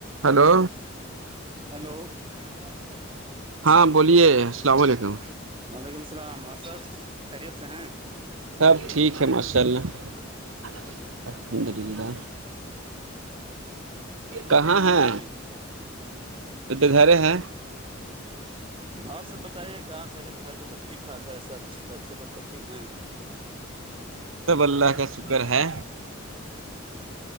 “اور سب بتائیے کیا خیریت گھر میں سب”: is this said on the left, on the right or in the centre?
Right